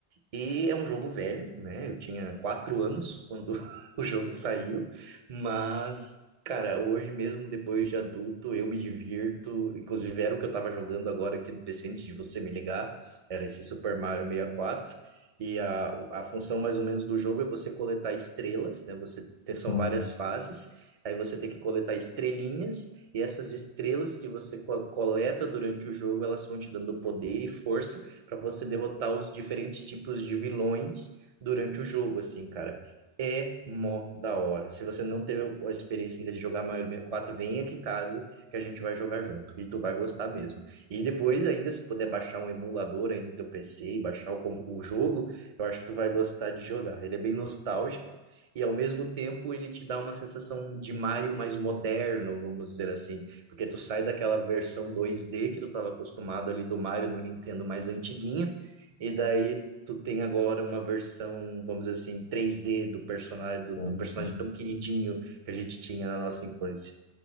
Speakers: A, on the right; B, on the left.
A: E é um jogo velho, né? Eu tinha quatro anos quando <laughs> o jogo saiu, mas, cara, hoje mesmo, depois de adulto, eu me divirto. Inclusive, era o que eu tava jogando agora aqui no PC antes de você me ligar, era esse Super Mario 64. E quatro. E a, a função mais ou menos do jogo é você coletar estrelas, né? Você tem, são
B: Uhum.
A: várias fases. Aí você tem que coletar estrelinhas, e essas estrelas que você co- coleta durante o jogo, elas vão te dando poder e força para você derrotar os diferentes tipos de vilões durante o jogo, assim, cara. É mó da hora. Se você não teve a experiência ainda de jogar Mario sessenta e Quatro vem aqui em casa que a gente vai jogar junto. E tu vai gostar mesmo. E depois, ainda, se puder baixar um emulador aí no teu PC e baixar o, como- o jogo, eu acho que tu vai gostar de jogar. Ele é bem nostálgico. E ao mesmo tempo ele te dá uma sensação de Mario mais moderno, vamos dizer assim, porque tu sai daquela versão 2D que tu estava acostumado ali do Mario no Nintendo mais antiguinha e daí tu tem agora uma versão, vamos dizer assim, três d do personagem, do,
B: Tem,
A: do personagem
B: tem,
A: tão queridinho que a gente tinha na nossa infância.